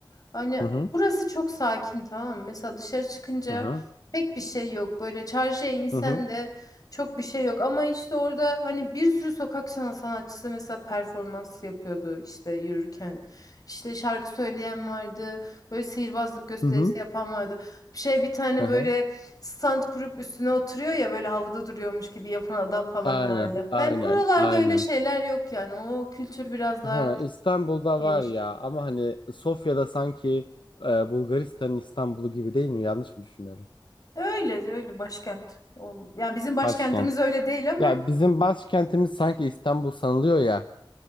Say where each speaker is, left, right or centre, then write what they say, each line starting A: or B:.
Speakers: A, on the left (about 45°); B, on the left (about 75°).
A: Hani
B: Hı hı.
A: burası çok sakin tamam mı? Mesela dışarı çıkınca
B: Hı hı.
A: pek bir şey yok. Böyle çarşıya insen
B: Hı hı.
A: de çok bir şey yok. Ama işte orada hani bir sürü sokak sana- sanatçısı mesela performans yapıyordu işte yürürken. İşte şarkı söyleyen vardı. Böyle sihirbazlık gösterisi
B: Hı hı.
A: yapan vardı. Bir şey bir tane
B: Hı hı.
A: böyle Stand kurup üstüne oturuyor ya böyle havada duruyormuş gibi yapan adam falan
B: Aynen,
A: vardı.
B: aynen,
A: Hani buralarda
B: aynen.
A: öyle şeyler yok yani. O kültür biraz daha
B: Ha, İstanbul'da
A: geniş.
B: var ya ama hani Sofya'da sanki e, Bulgaristan'ın İstanbul'u gibi değil mi? Yanlış mı düşünüyorum?
A: Öyle öyle başkent. O- Yani bizim başkentimiz
B: Başkent.
A: öyle değil ama
B: Ya bizim başkentimiz sanki İstanbul sanılıyor ya